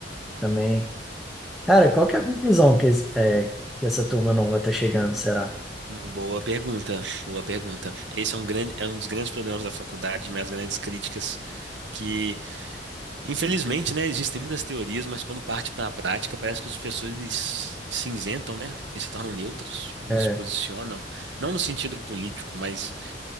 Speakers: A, in the centre; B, on the right.
A: também, cara, qual que é a conclusão que, es- é, que essa turma nova tá chegando, será?
B: Hum, Boa pergunta, boa pergunta. Esse é um grande, é um dos grandes problemas da faculdade, minhas grandes críticas, que, infelizmente, né, existem muitas teorias, mas quando parte para a prática, parece que os professores eles se isentam, né, e se tornam neutros, não
A: É,
B: se posicionam, não no sentido político, mas